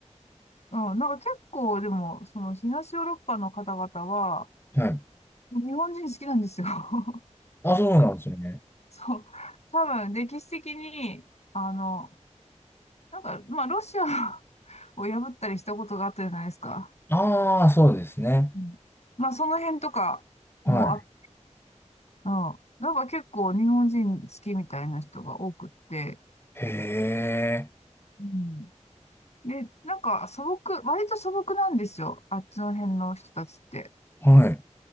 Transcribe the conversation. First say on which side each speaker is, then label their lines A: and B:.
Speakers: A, on the left (about 60°); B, on the left (about 20°).
A: うん、なんか結構でも、その東ヨーロッパの方々は、
B: はい。
A: 日本人好きなんですよ。<laughs>
B: あ、そうなんですよね。
A: そう。多分、歴史的に、あの、なんか、まあ、ロシアを <laughs> を破ったりしたことがあったじゃないですか。
B: ああ、そうですね。
A: うんまあ、その辺とかもあ、
B: はい。
A: うん。なんか結構日本人好きみたいな人が多くって。
B: へえ。
A: うん。で、なんか素朴、割と素朴なんですよ。あっちの辺の人たちって。
B: はい。